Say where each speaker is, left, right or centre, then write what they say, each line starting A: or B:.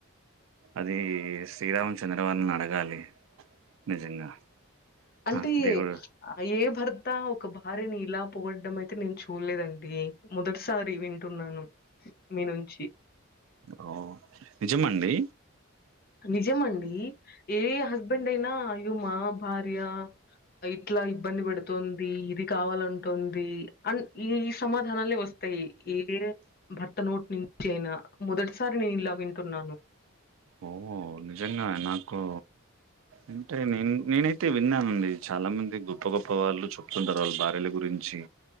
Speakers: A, on the right; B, on the left.
A: అది శ్రీరామ చంద్ర వాళ్ళని అడగాలి నిజంగా
B: అంటే
A: ఆ! దేవుడు
B: ఏ భర్త ఒక భార్య నీ ఇలా పొగొడ్డం అయితే నేను చూడలేదండి మొదటిసారి వింటున్నాను మీ నుంచి
A: ఓ నిజమా అండి
B: నిజమండి ఏ హస్బెండ్ అయినా అయ్యో మా భార్య ఇట్లా ఇబ్బంది పెడుతుంది ఇది కావాలంటుంది అం ఈ ఈ సమాధానాల వస్ తయి ఏ భర్త నోటి నుంచి అయినా మొదటిసారి నేను ఇలా వింటున్నాను
A: ఓ నిజంగా నాకు అంటే నేన్ నేనైతే విన్నానండి చాలా మంది గొప్ప గొప్ప వాళ్ళు చెప్తుంటారు వాళ్ళు భార్యల గురిం చి